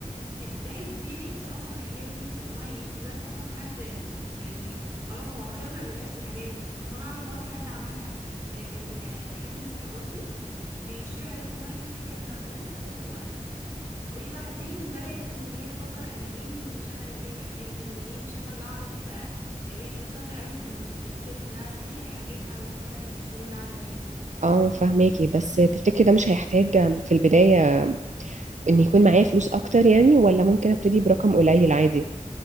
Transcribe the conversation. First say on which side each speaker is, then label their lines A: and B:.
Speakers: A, on the right; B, on the right.
A: تبداي تبيعي انت اصلا الحاجات دي انت اونلاين انت دلوقتي مثلا حد يعني خلاص هو خبره دلوقتي في الحاجات دي اصلا انا اعرف برضو حد عملها آه، كان آه، حد من صحباتي بيشتري حاجات اونلاين كتير كانت مهووسه حاجات اونلاين وبعدين بدأت ان هي تفكر انا ليه مش انا اللي ابيع الحاجات دي وليه مش انا اللي اعرض بقى هي كانت شاطرة قوي في في السيلز انها تبيع حاجتها وبتعرض الشغل ده على البنات
B: اه فهماكي بس تفتكري ده مش هيحتاج في البداية ان يكون معايا فلوس اكتر يعني ولا ممكن ابتدي برقم قليل عادي